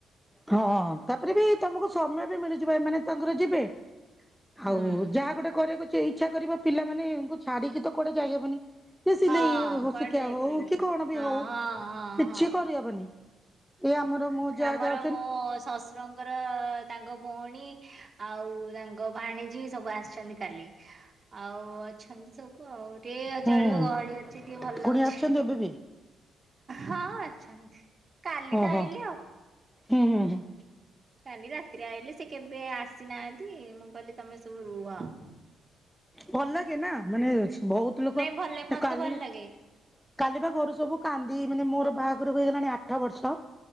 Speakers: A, in the centre; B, on the right (about 35°).
A: ହଁ, ତାପରେ ବି ତମକୁ ସମୟ ବି ମିଳିଯିବ, ଏମାନେ ତାଙ୍କର ଯିବେ ଆଉ
B: ହୁଁ।
A: ଯାହା ଗୋଟେ କରିବାକୁ ଯେ ଇଛା କରିବ, ପିଲାମାନେ ୟାଙ୍କୁ ଛାଡି଼କି ତ କୁଆଡ଼େ ଯାଇହବନି ସେ ସିଲେଇ
B: ହଁ
A: ହ
B: କୁଆଡେ
A: ଶିକିବା
B: ଯାଇପାରିବନି
A: ହଉ, କି କଣ ବି
B: ହଁ
A: ହଉ,
B: ହଁ ହଁ
A: କିଛି
B: ହଁ।
A: କରିହବନି। ଏ ଆମର ମୁଁ ଯାହା
B: ଆମର
A: ଯାଉ
B: ମୋ ଶଶୁରଙ୍କ ଙ୍କର ତାଙ୍କ ଭଉଣୀ ଆଉ ତାଙ୍କ ଭାଣୀଜୀ ସବୁ ଆସିଛନ୍ତି କାଲି। ଆଉ ଅଛନ୍ତି ସବୁ ଆଉ ଟିକେ
A: ହୁଁ
B: ଚଳିବ ଗହଳି ଅଛି ଟିକେ ଭଲ
A: କୁଣିଆ
B: ଲାଗୁଛି।
A: ଅଛନ୍ତି ଏବେ ବି?
B: ହଁ ଅଛନ୍ତି କାଲି
A: ଓହୋ
B: ତ ଆଇଲେ ଆଉ।
A: ହୁଁ ଉଁ।
B: କାଲି ରାତିରେ ଆଇଲେ ସେ କେବେ ଆସିନାହାନ୍ତି ମୁଁ କହିଲି ତମେ ସବୁ ରୁହ। <inaudible>
A: ଭଲ ଗେନା ମାନେ ବୋହୁତ ଲୋକ
B: ନାଇଁ ଭଲ ମତେ
A: କାଲି
B: ଭଲ ଲାଗେ
A: କାଲି ବା ଘରୁ ସବୁ କାନ୍ଦି ମାନେ ମୋର ବାହାଘରକୁ ହୋଇଗଲାଣି ଆଠ ବର୍ଷ।